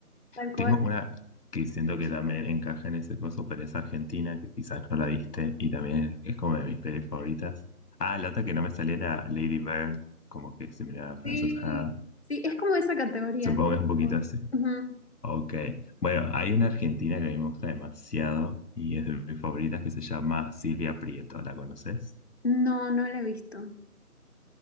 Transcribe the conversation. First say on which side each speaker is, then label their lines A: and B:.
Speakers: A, on the left; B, on the left.
A: Tal cual.
B: Tengo una que siento que también encaja en ese coso, pero es argentina, que quizás no la viste, y también es, es como de mis pelis favoritas. Ah, la otra que no me salía era Lady Bird, como que se miraba a Frances
A: Sí,
B: Ha.
A: sí, es como esa categoría.
B: Supongo que
A: sí.
B: es un poquito así.
A: Ujú.
B: Ok. Bueno, hay una argentina que a mí me gusta demasiado y es de mis favoritas que se llama Silvia Prieto. ¿La conoces?
A: No, no la he visto.